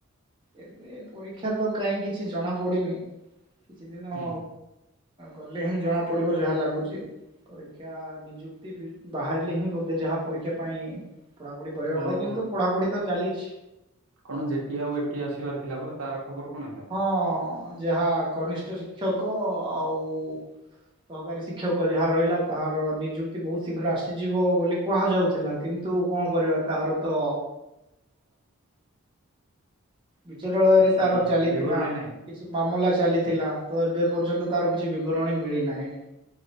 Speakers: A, on the right; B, on the right.
A: ଏବେ ପରୀକ୍ଷା ତ କାହିଁ କିଛି ଜଣାପଡ଼ିନି କିଛି ଦିନ
B: ହୁଁ
A: ଗଲେ ହିଁ ଜଣା ପଡିବ ଯାହା ଲାଗୁଛି। ପରୀକ୍ଷା ନିଯୁକ୍ତି ବାହାରିଲେ ହିଁ ବୋଧେ ଯାହା ପରୀକ୍ଷା ପାଇଁ ପଢ଼ାପଢି କରିବା
B: କଣ
A: କଥା କିନ୍ତୁ ପଢାପଢି ତ ଚାଲିଛି।
B: କଣ ଯେଟି ଆଉ ଏଟି ଆସିବାର ଥିଲା ପରା ତାର ଖବର କଣ ହେଲା?
A: ହଁ ଯାହା କନିଷ୍ଠ ଶିକ୍ଷକ ଆଉ ସହକାରୀ ଶିକ୍ଷକ ଯାହା ରହିଲା ତାହାର ନିଯୁକ୍ତି ବହୁତ ଶୀଘ୍ର ଆସିଯିବ ବୋଲି କୁହାଯାଉଥିଲା କିନ୍ତୁ କଣ କରିବା ତାହାର ତ ବିଚରାଳୟରେ
B: କିଛି
A: ତାର ଚାଲିଥିଲା
B: ବିବରଣୀ ନାହିଁ
A: କିଛି ମାମଲା ଚାଲିଥିଲା ତ ଏବେ ପର୍ଯ୍ୟନ୍ତ ତାର କିଛି ବିବରଣୀ ମିଳିନାହିଁ।